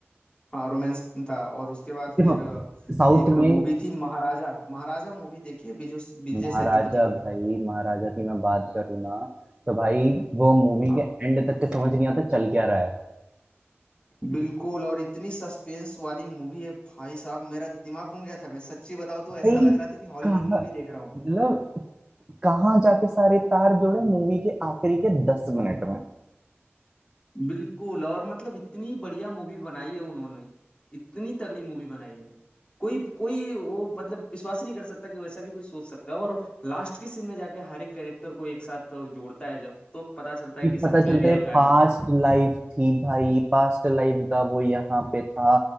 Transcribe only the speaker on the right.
देखो
साउथ
में
महाराजा
भाई महाराजा की मैं बात करूँ ना तो भाई वो मूवी
के एंड तक के समझ नहीं आता चल क्या रहा है
भाई
कहाँ मतलब
कहाँ जाके सारे तार जुड़े मूवी के आखिरी के दस मिनट में
ये
पता
चलता
है
पास्ट
लाइफ थी भाई पास्ट लाइफ का वो यहाँ पे था